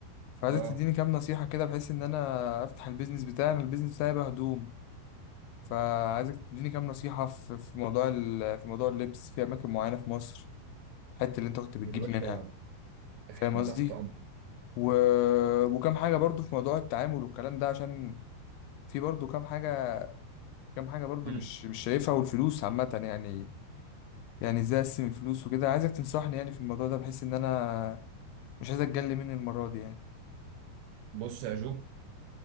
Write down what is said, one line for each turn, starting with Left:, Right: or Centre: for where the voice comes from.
Left: فعايزك
Right: اه
Left: تديني كام نصيحة كده بحيث ان انا افتح البيزنس بتاعي أنا البيزنس بتاعي بقى هدوم فعايزك تديني كام نصيحة في في موضوع ال- في موضوع اللبس في اماكن معينة في مصر الحتة اللي انت كنت بتجيب
Right: يا باشا
Left: منها
Right: احنا
Left: فاهم قصدي
Right: تحت امر
Left: و... وكم حاجة برضو في موضوع التعامل والكلام ده عشان في برضو كم حاجة كم حاجة برضو
Right: امم
Left: مش مش شايفها والفلوس عامة يعني يعني ازاي اقسم الفلوس وكده عايزك تنصحني يعني في الموضوع ده بحيث ان انا مش عايز اتجلي مني المرة دي يعني
Right: بص يا جو